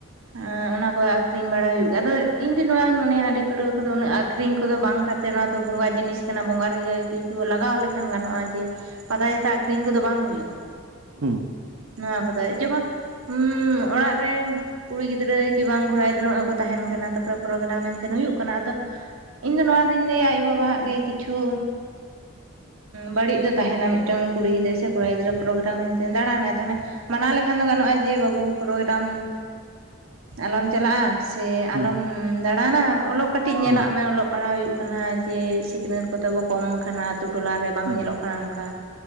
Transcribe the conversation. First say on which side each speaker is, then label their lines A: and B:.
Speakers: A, on the right; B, on the right.
A: ᱟᱨ ᱚᱱᱟ ᱠᱚ ᱟᱹᱠᱷᱨᱤᱧ ᱵᱟᱲᱟ ᱦᱩᱭᱩᱜ ᱜᱮᱭᱟ ᱟᱫᱚ ᱤᱧ ᱫᱚ ᱱᱚᱣᱟᱧ ᱢᱚᱱᱮᱭᱟ ᱦᱟᱺᱰᱤ ᱯᱟᱹᱨᱣᱟᱹ ᱠᱚᱫᱚ ᱩᱱᱟᱹᱜ ᱟᱹᱠᱷᱨᱤᱧ ᱠᱚᱫᱚ ᱵᱟᱝ ᱠᱚᱛᱮᱫ ᱱᱚᱣᱟ ᱛᱚ ᱵᱚᱸᱜᱟ ᱡᱤᱱᱤᱥ ᱠᱟᱱᱟ ᱵᱚᱸᱜᱟ ᱨᱮᱜᱮ ᱠᱚ ᱞᱟᱜᱟᱣ ᱞᱮᱠᱷᱟᱱ ᱜᱟᱱᱚᱜᱼᱟ ᱡᱮ ᱯᱟᱛᱟ- ᱪᱷᱟᱛᱟ ᱟᱠᱷᱨᱤᱧ ᱠᱚᱫᱚ ᱵᱟᱝ ᱦᱩᱭᱩᱜᱼᱟ᱾
B: ᱦᱩᱸ
A: ᱱᱚᱣᱟ ᱠᱚᱫᱚ ᱡᱮᱢᱚᱱ ᱩᱻ ᱚᱲᱟᱜ ᱨᱮ ᱠᱩᱲᱤ ᱜᱤᱫᱽᱨᱟᱹ ᱠᱤ ᱵᱟᱝ ᱠᱚᱲᱟ ᱜᱤᱫᱽᱨᱟᱹ ᱱᱚᱜᱼᱚᱭ ᱠᱚ ᱛᱟᱦᱮᱱ ᱠᱟᱱᱟ᱾ ᱛᱟᱨᱯᱚᱨ ᱯᱨᱳᱜᱟᱨᱢ ᱢᱮᱱᱛᱮ ᱦᱩᱭᱩᱜ ᱠᱟᱱᱟ᱾ ᱟᱫᱚ ᱤᱧ ᱫᱚ ᱱᱚᱣᱟ ᱫᱚᱩᱧ ᱞᱟᱹᱭᱟ ᱟᱭᱳ ᱵᱟᱵᱟ-ᱟᱜ ᱜᱮ ᱠᱤᱪᱷᱩ ᱵᱟᱹᱲᱤᱡ ᱫᱚ ᱛᱟᱦᱮᱱᱟ ᱢᱤᱫᱴᱟᱝ ᱠᱩᱲᱤ ᱜᱤᱫᱽᱨᱟᱹ ᱥᱮ ᱠᱚᱲᱟ ᱜᱤᱫᱽᱨᱟᱹ ᱯᱨᱳᱜᱨᱟᱢ ᱮᱱᱛᱮ ᱫᱟᱲᱟᱱᱟᱭ ᱛᱟᱦᱚᱞᱮ ᱢᱟᱱᱟᱣ ᱞᱮᱠᱷᱟᱱ ᱫᱚ ᱜᱟᱱᱚᱜᱼᱟ ᱡᱮ ᱵᱟᱹᱵᱩ ᱯᱨᱳᱜᱨᱟᱢ ᱟᱞᱚᱢ ᱪᱟᱞᱟᱜᱼᱟ ᱥᱮ
B: ᱦᱩᱸ
A: ᱟᱞᱚᱢ ᱫᱟᱲᱟᱱᱟ ᱚᱞᱚᱜ ᱠᱟᱹᱴᱤᱡ ᱧᱮᱞᱟᱜ
B: ᱦᱩᱸ
A: ᱢᱮ ᱚᱞᱚᱜ ᱯᱟᱲᱦᱟᱣ ᱦᱩᱭᱩᱜ ᱠᱟᱱᱟ ᱡᱮ ᱥᱤᱠᱷᱱᱟᱹᱛ ᱠᱚᱛᱮ ᱵᱚ ᱠᱚᱢ ᱠᱟᱱᱟ ᱟᱹᱛᱳ ᱴᱚᱞᱟᱨᱮ ᱵᱟᱝ
B: ᱦᱩᱸ
A: ᱧᱮᱞᱚᱜ ᱠᱟᱱᱟ ᱚᱱᱠᱟ